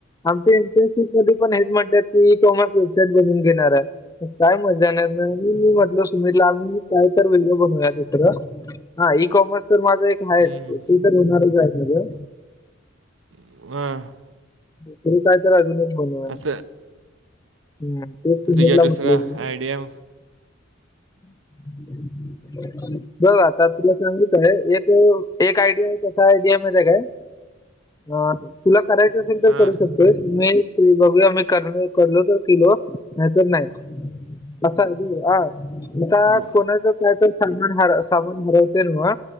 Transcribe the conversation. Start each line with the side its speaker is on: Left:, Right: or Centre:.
Left: आमच्या एंटर्नशिप मध्ये पण हेच म्हटलं की इई कॉमर्स वेबसाईट बनून घेणार आहे काय मजा नाही नाही म मी म्हटलं सुनीतला आम्ही काय तर व्हिडिओ बनूया दुसरं हा इई कॉमर्स तर माझा एक आहे
Right: हम्म,
Left: ते तर होणारच आहे माझ
Right: ह
Left: तुरी काय तर अजून एक बनवाय
Right: असं
Left: हम तेटला
Right: तुझ्या दुसरा
Left: म्हटलं
Right: आयडिया
Left: हम् बघ आता तुला सांगत आहे एक एक आयडिया आहे कसा आयडियामध्ये काय अ तुला करायचं असेल तर
Right: हा
Left: करू शकत ्ी बघूया आम म्ही कर करलो तर केलो नाहीतर नाही असं अ एता
Right: बो
Left: कोणाच का तर सामान ह सामान हरवते ना